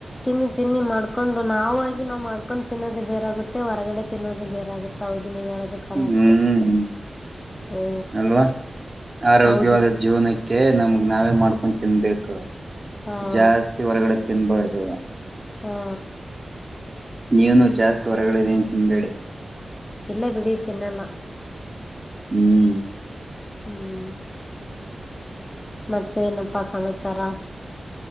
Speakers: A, on the left (about 20°); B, on the right (about 25°).
A: ತಿನ್ನಿ ತಿನ್ನಿ ಮಾಡ್ಕೊಂಡು ನಾವುಾ ಅಗಿ ನಾವ್ ಮಾಡ್ಕೊಂಡು ತಿನ್ನೋದೇ ಬೇರೆಾಗುತ್ತೆ ಹೊರಗಡೆ ತಿನ್ನೋದೇ ಬೇರೆಾಗುತ್ತೆ ಹೌದು ನೀವು ಹೇಳೋದು ಕರೆಕ್ಟೆ
B: ಹ್ಮ್
A: ಹ್ಞೂ
B: ಅಲ್ವಾ ಆರೋಗ್ಯವಾದ
A: ಹೌದು
B: ಜೀವನ ಕೇ ನಮಗ್ ನಾವೇ ಮಾಡ್ಕೊಂಡ್ ತಿನ್ಬೇಕ
A: ಹಾಂ
B: ಜಾಸ್ತಿ ಹೊರಗಡೆ ತಿನ್ಬಾರ್ದು.
A: ಹಾ
B: ನೀವುನು ಜಾಸ್ತಿ ಹೊರಗಡೆದೆೇನ್ ತಿನ್ಬೇಡಿ.
A: ಇಲ್ಲ ಬಿಡಿ ತಿನ್ನಲ್ಲ.
B: ಹ್ಮ್
A: ಹ್ಮ್ ಮತ್ತೆ ಏನಪ್ಪಾ ಸಮಾಚಾರ.